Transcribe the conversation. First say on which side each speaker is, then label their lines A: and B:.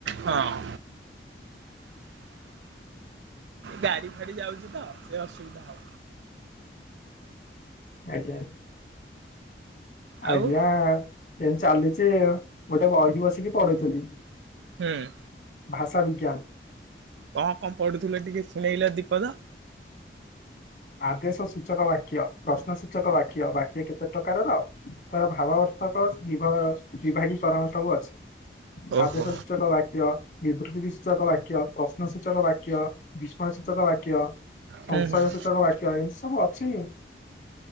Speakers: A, on the right (about 80°); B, on the left (about 45°).
A: ହଁ ଗାଡି ଫାଡି ଯାଉଚି ତ ସେ ଅସୁବିଧା ହଉ।
B: ଆଜ୍ଞା। ଆଜ୍ଞା,
A: ଆଉ
B: ଏମିତି ଚାଲିଛି ଗୋଟେ ବହି ବସିକି ପଢୁଥିଲି।
A: ହୁଁ
B: ଭାଷା ବିଜ୍ଞାନ।
A: କଣ କଣ ପଢୁଥୁଲେ ଟିକେ ଶୁଣେଇଲ ଦୀପଦ?
B: ଆଦେଶ ସୂଚକ ବାକ୍ୟ, ପ୍ରଶ୍ନ ସୂଚକ ବାକ୍ୟ, ବାକ୍ୟକେତେ ପ୍ରକାରର? ତାର ଭାବବର୍ଥକ ବିଭା ବିଭାଗୀକରଣ ସବୁ ଅଛି।
A: ଓହୋ
B: ଆଦେଶ ସୂଚକ ବାକ୍ୟ। ବିବୃତ୍ତି ବିଶ୍ଚକ ବାକ୍ୟ, ପ୍ରଶ୍ନସୂଚକ ବାକ୍ୟ, ବିସ୍ମୟ ସୂଚକ ବାକ୍ୟ କ୍ୟ ସଂଶୟ
A: ହୁଁ ହୁଁ
B: ସୂଚକ ବାକ୍ୟ ଏମିତି ସବୁ ଅଛି।